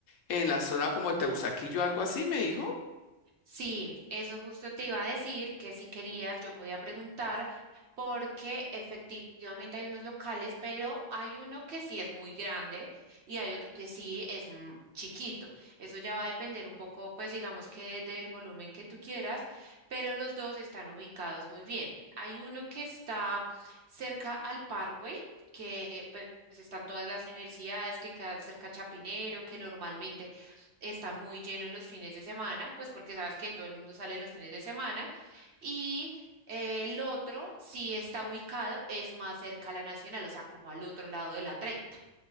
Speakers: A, on the left; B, on the right.
A: en la zona como de Teusaquillo, algo así, me dijo.
B: Sí, eso justo te iba a decir que si querías yo podía preguntar porque efectivamente hay unos locales, pero hay uno que sí es muy grande y hay otro que sí es mm, chiquito. Eso ya va a depender un poco, pues digamos que del volumen que tú quieras, pero los dos están ubicados muy bien. Hay uno que está cerca al Parkway, que pues están todas las universidades que quedan cerca a Chapinero, que normalmente está muy lleno en los fines de semana, pues porque sabes que todo el mundo sale los fines de semana. Y eh, el otro sí está ubicado, es más cerca a la Nacional, o sea, como al otro lado de la 30